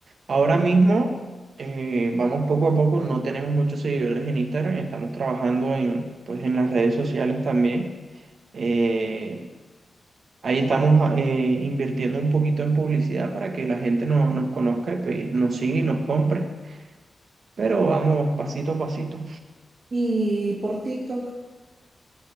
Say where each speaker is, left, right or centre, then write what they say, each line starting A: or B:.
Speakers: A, on the right; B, on the right.
A: Ahora mismo, eh, vamos poco a poco, no tenemos muchos seguidores en Instagram, estamos trabajando en, pues, en las redes sociales también. Eh, ahí estamos ah, eh, invirtiendo un poquito en publicidad para que la gente no, nos conozca y pues, nos siga y nos compre, pero vamos pasito a pasito.
B: Y por TikTok